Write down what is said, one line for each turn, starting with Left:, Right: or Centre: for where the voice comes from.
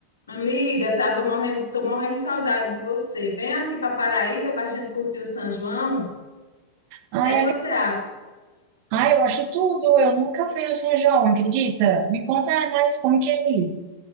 Left: Amiga, tava morrendo, tô morrendo de saudade de você. Vem aqui para Paraíba para a gente curtir o São João. O
Right: Ai,
Left: que é que
Right: ami-
Left: você acha?
Right: ai, eu acho tudo. Eu nunca fui no São João, acredita? Me conta mais como que é aí.